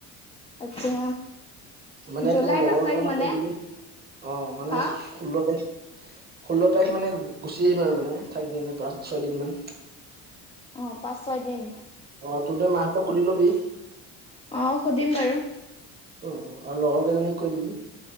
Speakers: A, on the left; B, on the right.
A: আচ্ছা।
B: মানে
A: জুলাই
B: তোৰ লগৰ
A: দহ তাৰিখ
B: কেইটামানক
A: মানে
B: কৈ দিবি অ', মানে
A: হা
B: ষোল্ল তাৰিখ ষোল্ল তাৰিখ মানে গুচি আহিম আৰু মানে থাকি কিনে পাঁচ ছয়দিনমান।
A: অ', পাঁচ ছয় দিন।
B: অ', তহঁতে মাহঁতক সুধি লবি।
A: অ', সুধিম বাৰু।
B: উম, উম, আৰু লগৰ কেইজনীক কৈ দিবি।